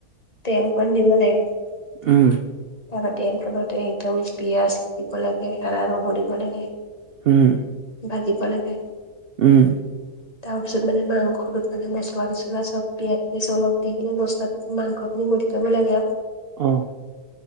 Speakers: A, on the left (about 25°); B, on the right (about 75°).
A: তেল অকণ দিব লাগে তাৰপা
B: উম
A: তেল কোনো দে, একদম পিয়াঁজ দিব লাগে, আদা নহৰু দিব লাগে
B: উম।
A: ভাজিব লাগে।
B: উম।
A: তাৰ পিছত মানে মাংসটোত মানে মছলা- চছলা চব পিয়াঁজ- চিয়াজ অলপ দি পিলাই মচলাটোত মাংস মথি লব লাগে আৰু।
B: অহ।